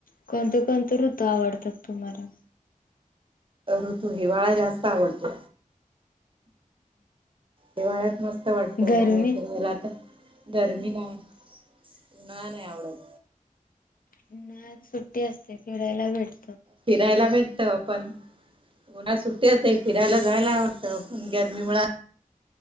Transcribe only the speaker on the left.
कोणते कोणते ऋतू आवडतात तुम्हाला?
गरमी
<inaudible>
उन्हाळ्यात सुट्टी असते फिरायला भेट